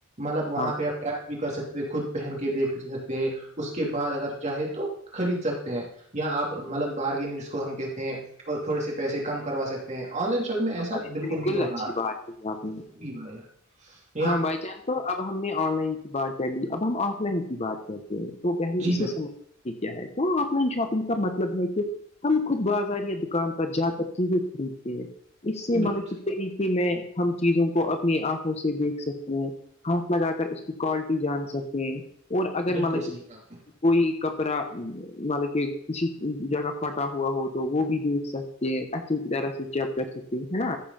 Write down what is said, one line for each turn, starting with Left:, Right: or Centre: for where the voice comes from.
Right: مطلب وہاں
Left: ہاں ہاں
Right: پہ ایڈ بھی کر سکتے ہیں خود پہن کے دیکھ سکتے ہیں اس کے بعد اگر چاہے تو خرید سکتے ہیں یا آپ مطلب بارگینگ جس کو ہم کہتے ہیں اور تھوڑے سے پیسے کم کروا سکتے آن لائن شوک میں ایسا
Left: بھائی
Right: بالکل نہیں ہوتا
Left: اچھی
Right: آج
Left: بات ہے آپ نے
Right: ب ار
Left: ہاں بائی چانس تو اب ہم نے آن لائن کی بات کر لی اب ہم آف لائن کی بات کرتے ہیں تو پہل
Right: جی
Left: اسے
Right: بھائی
Left: سمجھ کہ کیا ہے تو آف لائن شاپنگ کا مطلب ہے کہ ہم خود بازار یا دکان پر جا کر چیزیں خریدتے ہیں اس سے
Right: بالکل
Left: منسب طریقے میں ہم چیزوں کو اپنی آنکھوں سے دیکھ سکتے ہیں ہاتھ لگا کر اس کی کوالٹی جان سکتے ہیں اور اگر
Right: بالکل
Left: مطلب کہ
Right: صحیح کہا آپ نے
Left: کوئی کپڑا مطلب کہ کسی جگہ پھٹا ہوا ہو تو وہ بھی دیکھ سکتے کہ اچھی طرح سے چیک کر سکتی ہے نا